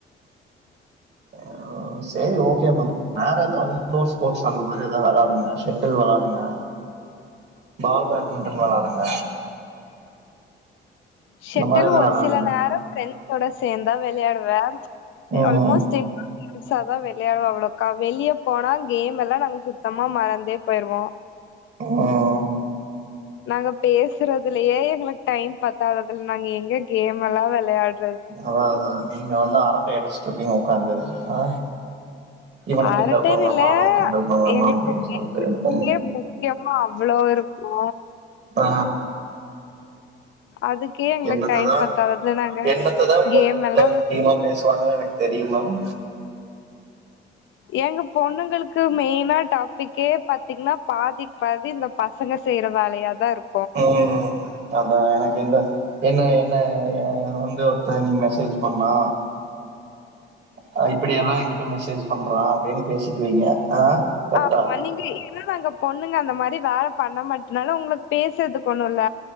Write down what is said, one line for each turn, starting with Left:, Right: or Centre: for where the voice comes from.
Right: ஆ ஆ சேரி ஓகே மேம் வேற எது அவுட்டோர் ஸ்போர்ட்ஸ் அந்த மாரி ஏதாவது விளையாடுங்க செட்டில் விளையாடுங்க பால் பேட்மிட்டன் வெளாடுங்க
Left: ஷெட்டில்
Right: இந்த மாரி எதா
Left: ஒரு
Right: விளாடுங்க
Left: சில நேரோ ஃப்ரெண்ஸ்சோட சேந்தா வெளயாடுவ
Right: ம்
Left: ஆல்மோஸ்ட் தி புதுசா தா வெளயாடுவோ அவ்ளேக்கா வெளிய போனா கேம் எல்லா நாங்க சுத்தமா மறந்தே போயிருவோ
Right: ம்
Left: நாங்க பேசுறதுலயே எங்களுக்கு டைம் பத்தாது அதுல நாங்க எங்க கேம் எல்லா வெளையாடு
Right: அதா அதா நீங்க வந்து அரட்டை அடிச்சிட்டு இருப்பீங்க ஒக்காந்து ஆ இவன
Left: அரட்டைன்னு
Right: கிண்டல் பண்ணலாமா
Left: இல்ல
Right: அவன கிண்டல் பண்ணலாமா
Left: எங்களுக்கு
Right: அப்டின்னு
Left: பேசறதுக்கே
Right: சொல்லிட்டு
Left: முக்கியமா அவ்வளோ இரு க்கு
Right: ஆ
Left: அதுக்கே எங்களுக்கு
Right: என்னத்ததா
Left: டைம் பத்தாது அதுல நாங்க
Right: என்னத்ததா பொண்ணு
Left: கேம் எல்லா
Right: முக்கியமா பேசுவாங்கன்னு எனக்கு தெரியு மேம்
Left: ஏங்க பொண்ணுங்களுக்கு மெயினா டாப் பிக்கே பாத்தீங்கன்னா பாதி பாதி இந்த பசங்க செய்யற வேலையாதா இருக்
Right: ம் அதா எனக்கு இந்த என்ன என்ன எ வந்து தா இன்னிக் மெசேஜ் பண்ணா அ இப்படியெல்லா என்கிட்ட மெசேஜ் பண்றா அப்டின்னு பேசிக்குவீங்க ஆ கரெக்டா
Left: ஆமா நீங்க ஏனா நாங்க பொண்ணுங்க அந்த மாரி வேல பண்ண மாட்டனால உங்களுக்கு பேசுறதுக் ஒண்ணு இல்ல